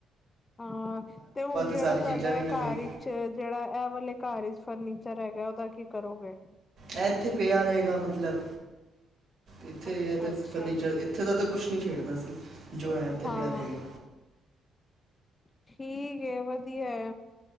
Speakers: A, on the left (about 30°); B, on the right (about 60°).
A: ਹਾਂ ਤੇ ਹੁਣ ਜਿਹੜਾ
B: ਸਾਰੀ ਚੀਜ਼ਾਂ
A: ਤੁਹਾਡਾ
B: ਵੀ
A: ਹੈ
B: ਨਵਾਂ
A: ਘਰ
B: ਹੀ
A: ਜਿਹੜਾ ਇਹ ਵਾਲੇ ਘਰ ਫਰਨੀਚਰ ਹੈਗਾ ਉਹਦਾ ਕੀ ਕਰੋਗੇ
B: ਇਹ ਇੱਥੇ ਪਿਆ ਰਹੇਗਾ ਮਤਲਬ ਇੱਥੇ
A: ਅੱਛਾ
B: ਤੇ
A: ਅੱਛਾ
B: ਫਰਨੀਚਰ ਇੱਥੇ ਦਾ ਤਾਂ ਕੁਛ ਨਹੀਂ ਛੇਡਨਾ ਸੀ ਜੋ ਹੈ ਇੱਥੇ
A: ਹਾਂ
B: ਪਿਆ ਹੈਗਾ
A: ਠੀਕ ਐ ਵਧੀਆ ਹੈ